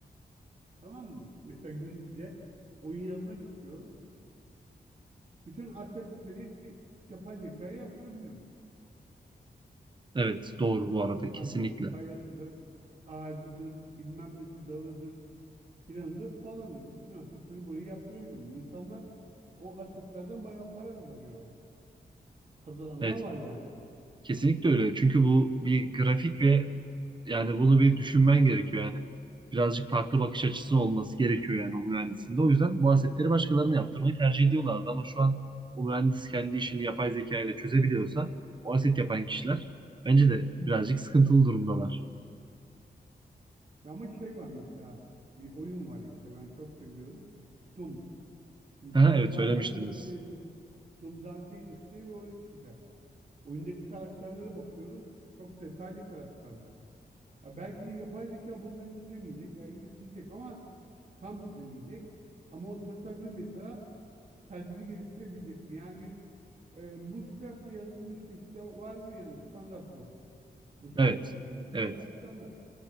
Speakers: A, on the right; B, on the right.
A: Tamam mı? Mesela Unity'de oyun yazmak istiyorum. Bütün assetleri yapay zekaya yaptırabilirim.
B: Evet doğru bu arada
A: İnsandır,
B: kesinlikle.
A: kayasıdır, ağacıdır, bilmem nesi dağıdır, filanıdır, falandır. Bütün assetleri burayı yaptırabilirim. İnsanlar o assetlerden bayağı para kazanıyorlar. Kazananlar
B: Evet
A: var yani.
B: Kesinlikle öyle. Çünkü bu bir grafik ve yani bunu bir düşünmen gerekiyor yani. Birazcık farklı bakış açısı olması gerekiyor yani o mühendisinde. O yüzden bu asetleri başkalarına yaptırmayı tercih ediyorlardı ama şu an o mühendis kendi işini yapay zeka ile çözebiliyorsa o aset yapan kişiler bence de birazcık sıkıntılı durumdalar.
A: Ama şey var mesela, bir oyun var işte ben çok seviyorum. Doom. Şimdi
B: <laughs> Aha,
A: Doom
B: evet
A: Dark
B: söylemiştiniz.
A: Ages diye bir, Doom Dark Ages diye bir oyun çıkacak. Oyundaki karakterlere bakıyorum. Çok detaylı karakterler. Ya belki de yapay zeka bunları çizemeyecek. Belki de çizecek ama tam çizemeyecek. Ama o tasarımcı mesela kendini geliştirebilecek mi? Yani bir e, bu step'le yazılmış bir site vardır yani standart bu. Bu step'le
B: Evet.
A: yazılmış
B: Evet.
A: siteler standart.